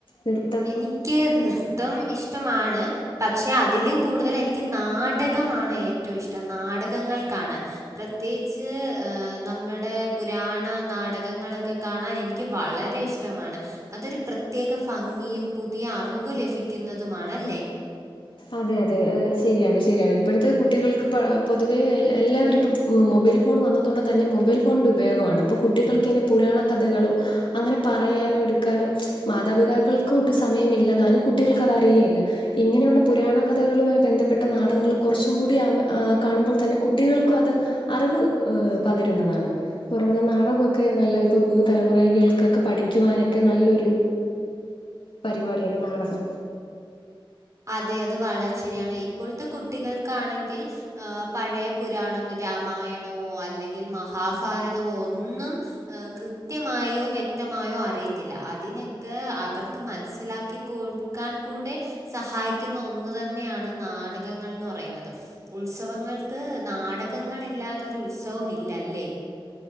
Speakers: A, on the left; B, on the right.
A: നൃ
B: എനിക്ക് നൃത്തം ഇഷ്ടമാണ് പക്ഷെ അതിലും കൂടുതൽ എനിക്ക് നാടകമാണ് ഏറ്റവും ഇഷ്ടം നാടകങ്ങൾക്കാണ് പ്രത്യേകിച്ച് ഏഹ് നമ്മടെ പുരാണ നാടകങ്ങളൊക്കെ കാണാൻ എനിക്ക് വളരെ ഇഷ് ടവുമാണ്. അതൊരു പ്രത്യേക ഫംഗിയും പുതിയ അറിവ് ലഭിക്കുന്നതുമാണ് അല്ലേ
A: അതെ അതെ എഹ് ശരിയാണ് ശരിയാണ് ഇപ്പഴത്തെ കുട്ടികൾക്ക് പ പൊതുവെ എല്ലാവരും ഇപ്പം മൊബൈൽ ഫോൺ വന്നതോടെ തന്നെ മൊബൈൽ ഫോണിൻ്റെ ഉപയോഗമാണ് അപ്പം കുട്ടികൾക്കിങ്നെ പുരാണ കഥകളൊ അങ്ങനെ പറയാനോ എടുക്കാനോ മാതാപിതാക്കൾ കൊട്ടും സമയമില്ലതാനും കുട്ടികൾക്ക് അത് അറിയുകയില്ല ഇങ്ങനെയുള്ള പുരാണ കഥകളുവായി ബന്ധപ്പെട്ട നാടകങ്ങൾ കുറച്ചും കൂടി ആവുമ്പം കാണുമ്പോൾ തന്നെ കുട്ടികൾക്കും അത് അറിവ് ഏഹ് പകരുന്നതാണ് ഇപ്പ എറങ്ങുന്ന നാടക ഒക്കെ നല്ല ഇപ്പൊ പുതുതലമുറയ്കൾക്കൊക്കെ പഠിക്കുവാനൊക്കെ നല്ലൊരു പരിപാടിയാണ് നാടകം
B: അതെ അത് വളരെ ശരിയാണ് ഇപ്പോഴത്തെ കുട്ടികൾക്കാണെങ്കിൽ ഏഹ് പഴേ പുരാണങ്ങ രാമായണോ അല്ലെങ്കിൽ മഹാ ഫാരതവോ ഒന്നും ഏഹ് കൃത്യമായോ വ്യക്തമായോ അറിയത്തില്ല. അതിനൊക്കെ അവർക്ക് മനസ്സിലാക്കി കൊട് ക്കാൻ കൂടെ സഹായിക്കുന്ന ഒന്ന് തന്നെയാണ് നാടകങ്ങൾന്ന് പറയുന്നത്. ഉത്സവങ്ങൾക്ക് നാടകങ്ങൾ ഇല്ലാതൊരു ഉത്സവം ഇല്ല അല്ലേ